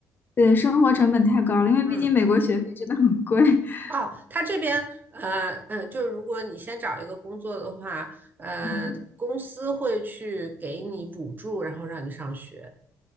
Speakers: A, on the left; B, on the right.
A: 对，生活成本太高了，因为毕竟美国学费真的很贵。
B: 嗯。
A: <laughs>
B: 哦，他这边，呃，嗯，就是如果你先找一个工作的话，呃，
A: 嗯，
B: 公司会去给你补助，然后让你上学